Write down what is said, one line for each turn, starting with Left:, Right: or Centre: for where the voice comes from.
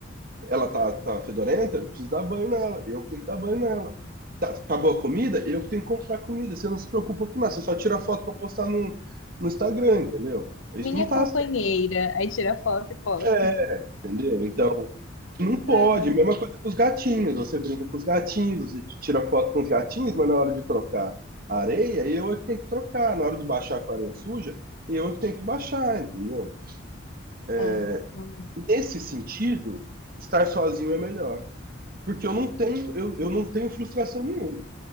Right: ela tá, tá fedorenta, eu preciso dar banho nela. Eu que tenho que dar banho nela. Tá- acabou a comida, eu que tenho que comprar comida. Você não se preocupa com nada, você só tira foto pra postar no, no Instagram, entendeu? Isso
Left: Minha
Right: não tá
Left: companheira. Aí tira foto e posta.
Right: é, entendeu? Então, não pode.
Left: Aham.
Right: Mesma coisa que os gatinhos. Você brinca com os gatinhos, você tira foto com os gatinhos, mas na hora de trocar a areia, eu é que tenho que trocar. Na hora de baixar com a areia suja, eu é que tenho que baixar, entendeu? É,
Left: É, eu
Right: nesse sentido, estar sozinho é melhor. Porque eu não tenho, eu, eu não tenho frustração nenhuma.